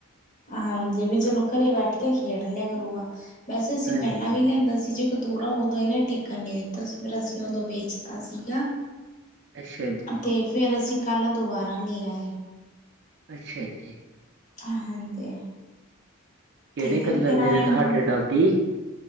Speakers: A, on the left; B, on the right.
A: ਹਾਂਜੀ, ਵੀ ਚਲੋ ਘਰੇ ਬੈਠ ਕੇ ਖੇਡ ਲਿਆ ਕਰੂਗਾ, ਵੈਸੇ ਅਸੀਂ
B: ਹਾਂਜੀ
A: ਪਹਿਲਾਂ ਵੀ ਲਿਆਂਦਾ ਸੀ ਜੀ ਕੁ ਤੂਰਾ, ਉਦੋਂ ਇਹਨੇ ਟਿੱਕਣ ਨੀ ਦਿੱਤਾ ਸੀ, ਫੇਰ ਅਸੀਂ ਉਦੋਂ ਵੇਚਤਾ ਸੀਗਾ।
B: ਅੱਛਾ ਜੀ।
A: 'ਤੇ ਫੇਰ, ਅਸੀਂ ਕੱਲ ਦੁਬਾਰਾ ਲੈ ਆਏ।
B: ਅੱਛਾ ਜੀ।
A: ਹ, ਹਾਂਜੀ।
B: ਕਿਹੜੇ
A: ਤੇ
B: ਕਲਰ
A: ਫੇਰ
B: ਦੇ
A: ਆਏ
B: ਨੇ, ਤੁਹਾਡੇ
A: ਹੁਣ
B: ਡੌਗੀ?